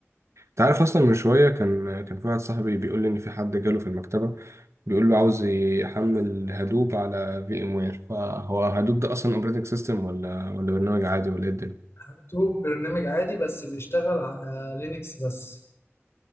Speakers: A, on the right; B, on the left.
A: انت عارف اصلا من شويه كان كان في واحد صاحبي بيقول لي ان في حد جاله في المكتبه بيقول له عاوز يحمل هدوب على في ام وير فهو هدوب ده اصلا اوبريتنج سيستم ولا ولا برنامج عادي ولا ايه الدنيا
B: مكتوب برنامج عادي بس بيشتغل على لينكس بس